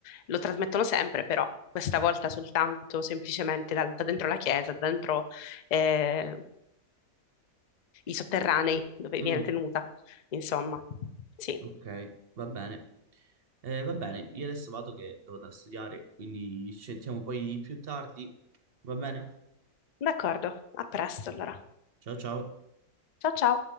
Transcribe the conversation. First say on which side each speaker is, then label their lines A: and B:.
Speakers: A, on the left (about 65°); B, on the right (about 50°).
A: Lo trasmettono sempre, però questa volta soltanto semplicemente dal- da, dentro la chiesa, da dentro eh, i sotterranei dove
B: Mm.
A: viene tenuta, insomma. Sì,
B: Ok, va bene. Eh, va bene, io adesso vado che devo andare a studiare, quindi ci sentiamo poi più tardi. Va bene?
A: d'accordo, a presto allora.
B: Ciao ciao.
A: Ciao ciao!